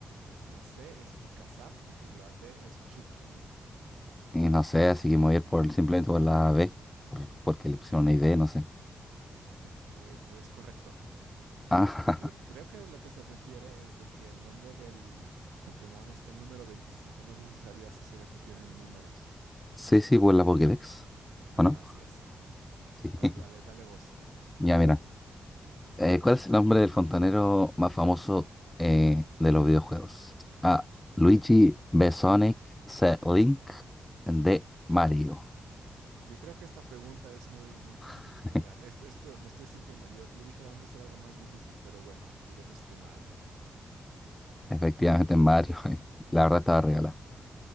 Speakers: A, on the right; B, on the left.
A: La C es Pikazap. Y la D es Chuck-E.
B: Eh, no sé, así que me voy a ir por, simplemente por la B, porque le pusieron una ID, no sé.
A: Pues es correcto.
B: Ah,
A: Cre- creo que lo que se refiere es de que el nombre del Pokémon está en el número 25. No sé si sabías eso de que tienen números.
B: <laughs> sí, sí, por la Pokédex.
A: Así
B: ¿O no?
A: es.
B: Sí.
A: A ver,
B: <laughs>
A: dale, dale vos.
B: Ya, mira. Eh, ¿cuál es el nombre del fontanero más famoso eh, de los videojuegos? A. Luigi Besonic, C. Link, D. Mario.
A: Yo creo que esta pregunta es muy, muy fácil.
B: <laughs>
A: Mira, es- esto me estoy sintiendo. Yo, yo dije, vamos a hacer algo más difícil, pero bueno, diremos que Mario.
B: Efectivamente, Mario. <laughs> La verdad estaba regalada.